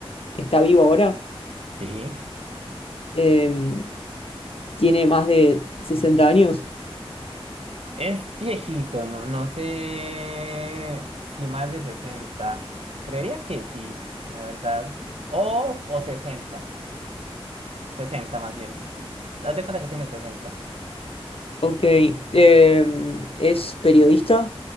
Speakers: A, on the left (about 65°); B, on the right (about 80°).
A: está vivo ahora.
B: Sí.
A: Em, tiene más de 60 años.
B: Es viejito, no, no sé si más de 60. Creería que sí, la verdad. O, o 60, 60 más bien. Haz de cuenta que tiene 60.
A: Ok. Em, es periodista.